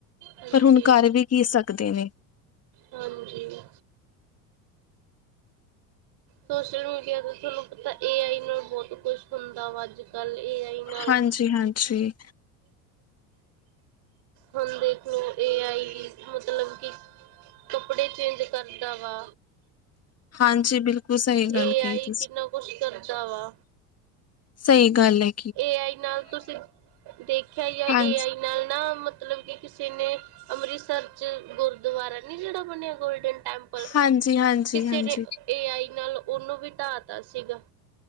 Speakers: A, on the right; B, on the left.
A: ਹਾਂਜੀ
B: ਪਰ ਹੁਨ ਕਰ ਵੀ ਕੀ ਸਕਦੇ ਨੇ।
A: ਹਾਂਜੀ। ਸੋਸ਼ਲ ਮੀਡੀਆ ਤੋਂ ਥੋਨੂੰ ਪਤਾ ਏ ਆਈ ਨਾਲ ਬੋਤ ਕੁਛ ਹੁੰਦਾ ਵਾ ਅੱਜ-ਕੱਲ ਏ ਆਈ ਨਾਲ
B: ਹਾਂਜੀ-ਹਾਂਜੀ।
A: ਹੁਣ ਦੇਖਲੋ ਏ ਆਈ ਮਤਲਬ ਕਿ ਕੱਪੜੇ ਚੇਂਜ ਕਰਦਾ ਵਾ।
B: ਹਾਂਜੀ, ਬਿਲਕੁਲ। ਸਹੀ ਗੱਲ
A: ਏ
B: ਕਹੀ
A: ਆਈ
B: ਤੁਸੀਂ
A: ਕਿੰਨਾ ਕੁਛ ਕਰਦਾ ਵਾ।
B: ਸਹੀ ਗੱਲ ਹੈ।
A: ਏ ਆਈ ਨਾਲ ਤੁਸੀਂ ਦੇਖਿਆ ਹੀ ਆ,
B: ਹਾਂਜੀ
A: ਏ ਆਈ ਨਾਲ ਨਾ ਮਤਲਬ ਕਿ ਕਿਸੇ ਨੇ ਅੰਮ੍ਰਿਤਸਰ 'ਚ ਗੁਰਦੁਆਰਾ ਨਹੀਂ, ਜਿਹੜਾ ਬਣਿਆ ਗੋਲਡਨ ਟੈਂਪਲ
B: ਹਾਂਜੀ ਹਾਂਜੀ
A: ਕਿਸੇ
B: ਹਾਂਜੀ
A: ਨੇ ਏ ਆਈ ਨਾਲ ਉਹਨੂੰ ਵੀ ਢਾਹ ਤਾ ਸੀਗਾ।